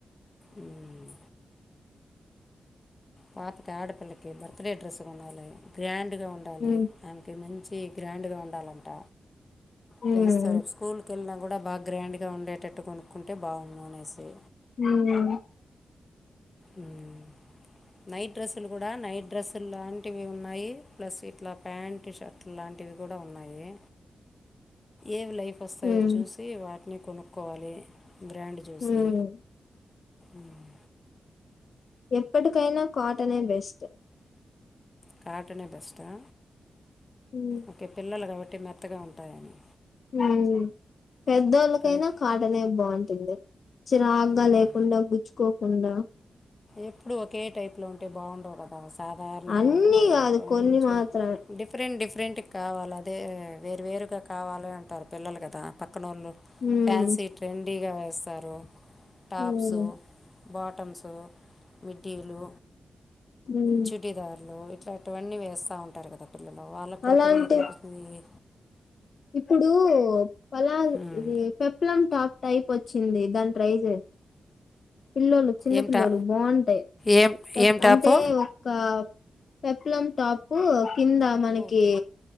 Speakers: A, on the left; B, on the left.
A: ఉమ్ పాప్ క్యాడపిల్లకి బర్త్ డే డ్రస్ గోనాలే గ్రాండ్ నిండు గాఉండాలి
B: ఉమ్
A: ఆమ్ కీ మంచి గ్రాండ్ గా ఉండాలంట ఫ్రెండ్స్
B: ఉమ్
A: తో రేప్ స్కూల్ కేళ్ళినా గుడా బా గ్రాండ్ గా ఉండేటట్టు కొనుక్కుంటే బాఉన్ అనేసి
B: ఉహుమ్
A: ఉమ్ నైట్ డ్రస్సులు గుడా నైట్ డ్రస్సుల్ లాంటివే ఉన్నాయి ప్లస్ ఇట్లా ప్యాంట్ షర్ట్లు లాంట్ టివి గుడా ఉన్నాయి ఏవ్ లైవ్ ఫాస్
B: ఉమ్
A: ఐ చూసి వాట్నీ కొనుక్కోవాలి గ్రాండ్ జూసి
B: ఉమ్
A: ఉమ్
B: ఎప్పటికైనా కాటనే బెస్టు
A: కాటనే బెస్ట్ ఆ
B: ఉమ్
A: ఓకే పిల్లలు గాబట్టి మెత్తగా ఉంటాయని
B: ఉమ్ పెద్దోళ్ళకైనా
A: కానీ
B: కాటనే బాఉంటుంది చిరాగ్
A: ఉమ్,
B: గా లేకుండా గుచ్చుకోకుండా
A: ఎప్పుడు ఒకే టైప్ లో ఉంటే బాఉండవు గదా అస్ సాధారణంగా
B: అన్నీ
A: ఉండకుండా
B: కాదు
A: కొంచమ్
B: కొన్ని మాత్రమే
A: డిఫరెంట్ డిఫరెంట్ కావాలదే వేరు వేరుగా కావాలి అంటారు పిల్లలు కదా పక్కనోళ్ళు
B: ఉమ్
A: ఫ్యాన్సీ ట్రెండ్ డీగా వేస్సరు టాప్స్
B: ఉమ్
A: బాటమ్స్ మిడ్డీలు
B: ఉమ్
A: చుడిదార్లు ఇట్లాంటివన్నీ వేస్త ఉంటారు కదా పిల్లలు వాళ్ళక్ కూడా
B: అలాంటి
A: పిల్లల్క్ అన్ పిసుంది
B: ఇప్పుడు పలాద్
A: ఉమ్,
B: ఇది పెప్లం టాప్ టైప్ వచ్చింది దాని ట్రై చేయ పిల్లోలు చిన్న
A: ఏం
B: పిల్లోలు
A: టా
B: బావుంటాయి
A: ఏం ఏం టాపు
B: అంటే ఒక పెప్లం టాపు కింద మనకి
A: ఓకే